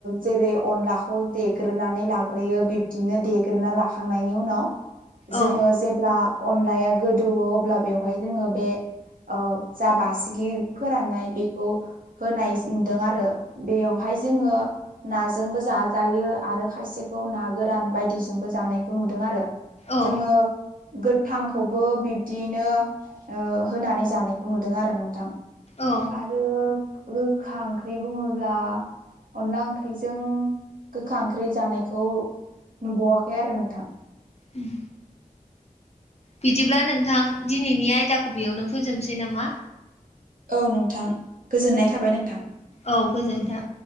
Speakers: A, on the right; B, on the left.
A: जेरै अनलाखौ देग्रोनानै लाग्रोयो बिब्दिनो देग्रोना लाखांनायनि उनाव जोङो
B: औ
A: जेब्ला अनलाया गोदौवो अब्ला बेवहाय जोङो बे ओ जा बासिगि फोराननाय बेखौ होनाय नुदों आरो बेयावहाय जोङो नाजोंबो जाजायो आरो खायसे खौ ना गोरान बायदिजोंबो जानायखौ नुदों आरो
B: औ
A: जोङो गोथांखौबो बिब्दियैनो ओ होनानै जानायखौ नुदों आरो नोंथां।
B: औ
A: आरो गोखा ओंख्रि बुङोब्ला अनला ओंख्रिजों गोखा ओंख्रि जानायखौ नुबावाखै आरो नोंथां।
B: उम बिदिब्ला नोंथां दिनैनि आयदाखौ बेयावनो फोजोबसै नामा?
A: औ नोंथां गोजोननाय थाबाय नोंथां।
B: औ गोजोन्थों।